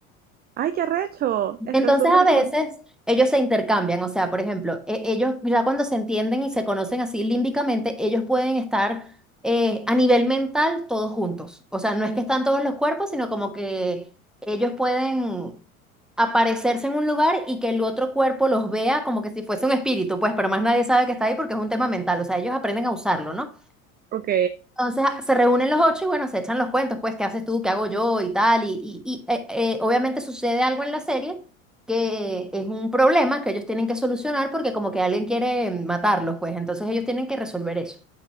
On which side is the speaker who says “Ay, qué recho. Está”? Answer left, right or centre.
Right